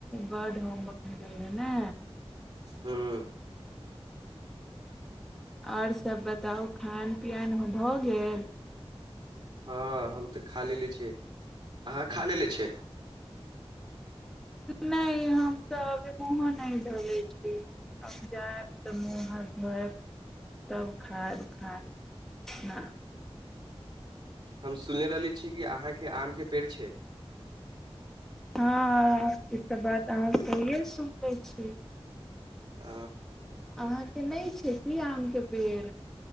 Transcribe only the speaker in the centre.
बर्ड होम बढ़ गेलै ने
आओर सभ बताउ खान पियन भऽ गेल
नहि हम तऽ अभ वहो नहि धोलैत छी हम जायब तऽ मुूँह हाथ धोयब त खायब खब अप
हँ ई त बात अहाँ सहिए सुन लै छी
अहाँके नहि छै की आमके पेड़